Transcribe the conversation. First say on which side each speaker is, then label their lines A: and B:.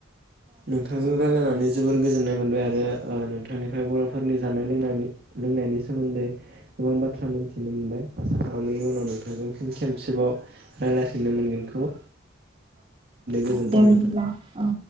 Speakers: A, on the right; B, on the right.
A: नोंथांजों रायलायनानै जोबोर गोजोननाय मोनबाय आरो ओ नोंथांनिफ्राय बर'फोरनि जानाय लोंनाय लोंनायनि सोमोन्दै गोबां बाथ्रा मोनथिनो मोनबाय। आसा खालामो उनाव नोंथांजों खेबसेबाव रायलायफिननो मोनगोनखौ गोजोन्थों
B: दे
A: नोंथां।
B: बिदिब्ला औ